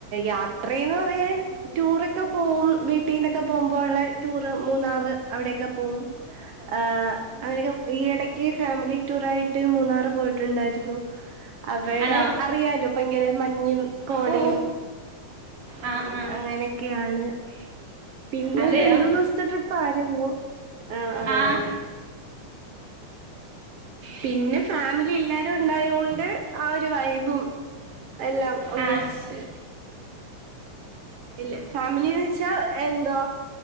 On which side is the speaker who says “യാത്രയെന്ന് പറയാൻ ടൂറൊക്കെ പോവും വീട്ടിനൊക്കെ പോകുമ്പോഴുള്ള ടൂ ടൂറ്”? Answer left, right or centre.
Right